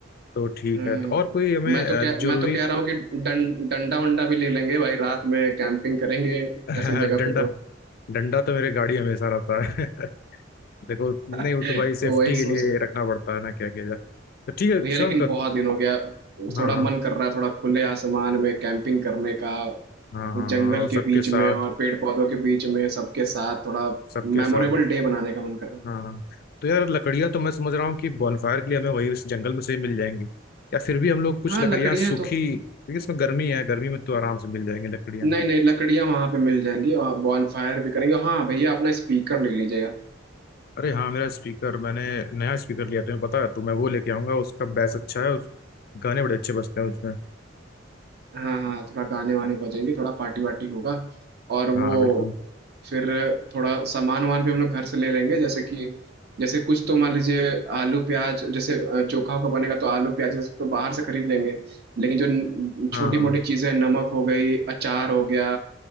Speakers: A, on the left; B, on the right.
A: तो ठीक
B: हम्म
A: है तो और कोई हमें
B: मैं
A: अ,
B: तो कह
A: जरूरी
B: मैं तो कह रहा हूँ कि डं, डंडा वंडा भी ले लेंगे भाई रात में कैंपिंग करेंगे
A: <laughs>
B: ऐसी जगह
A: डंडा
B: पे तो
A: डंडा तो मेरे गाड़ी में हमेशा रहता है <laughs> देखो नहीं
B: <laughs>
A: वो तो भाई सेफ्टी
B: वही
A: के
B: सोच
A: लिए रखना पड़ता है ना क्या किया जाए तो ठीक है
B: भैया
A: शिवांक
B: लेकिन बहुत दिन हो गया
A: हाँ
B: थोड़ा
A: हाँ
B: मन कर रहा है थोड़ा खुले आसमान में कैंपिंग करने का
A: हाँ हाँ
B: जंगल
A: हाँ सबके
B: के बीच
A: साथ
B: में और पेड़ पौधों के बीच में सबके साथ थोड़ा
A: सबके
B: मेमोरेबल
A: साथ
B: डे बनाने का मन कर रहा
A: हाँ हाँ तो यार लकड़ियाँ तो मैं समझ रहा हूँ कि बॉनफायर के लिए हमें वही उस जंगल में से ही मिल जाएंगी या फिर भी हम लोग कुछ
B: है हाँ
A: लकड़ियाँ
B: लकड़ियाँ
A: सूखी
B: तो
A: क्योंकि इसमें गर्मी है गर्मी में तो आराम से मिल जाएंगी लकड़ियाँ
B: नहीं नहीं लकड़ियाँ वहाँ पे मिल जाएंगी और बॉन फायर भी करेंगे हाँ भैया अपना स्पीकर ले लीजिएगा
A: अरे हाँ मेरा स्पीकर मैंने नया स्पीकर लिया तुम्हें पता है तो मैं वो लेके आऊंगा उसका बेस अच्छा है उस गाने बड़े अच्छे बजते हैं उसमें
B: हाँ हाँ थोड़ा गाने वाने बजेंगे थोड़ा पार्टी वार्टी होगा और
A: हाँ
B: वो
A: बिल्कुल
B: फिर थोड़ा सामान वान भी हम लोग घर से ले लेंगे जैसे कि जैसे कुछ तो मान लीजिए आलू प्याज जैसे अ, चोखा का बनेगा तो आलू प्याज जैसे तो बाहर से खरीद लेंगे लेकिन जो
A: हाँ
B: छोटी
A: हाँ
B: मोटी चीजें हैं, नमक हो गई अचार हो गया